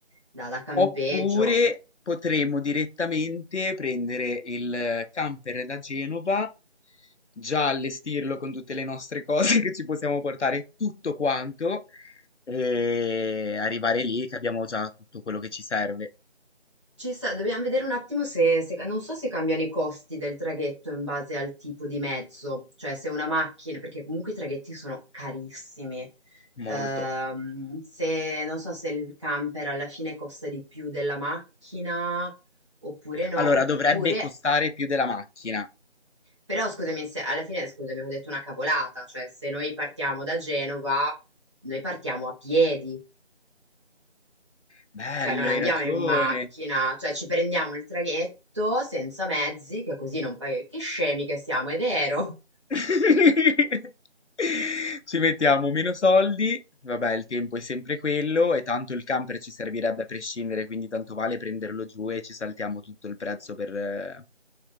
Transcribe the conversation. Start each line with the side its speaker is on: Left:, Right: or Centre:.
Right: da, da campeggio.
Left: Oppure
Right: se-
Left: potremmo direttamente prendere il camper da Genova, già allestirlo con tutte le nostre cose <laughs> che ci possiamo portare, tutto quanto, e arrivare lì che abbiamo già tutto quello che ci serve.
Right: Ci sta, dobbiamo vedere un attimo se, se- non so se cambiano i costi del traghetto in base al tipo di mezzo, cioè se una macchina, perché comunque i traghetti sono carissimi.
Left: Molto.
Right: Ehm, se, non so se il camper alla fine costa di più della macchina oppure no,
Left: Allora,
Right: oppure
Left: dovrebbe costare più della macchina.
Right: Però scusami, se alla fine scusami, ho detto una cavolata, cioè se noi partiamo da Genova, noi partiamo a piedi,
Left: Bello,
Right: cioè non andiamo
Left: hai ragione.
Right: in macchina, cioè ci prendiamo il traghetto senza mezzi, che così non paghi. Che scemi che siamo, è vero?
Left: <laughs> Ci mettiamo meno soldi, vabbè, il tempo è sempre quello e tanto il camper ci servirebbe a prescindere, quindi tanto vale prenderlo giù e ci saltiamo tutto il prezzo per, eh,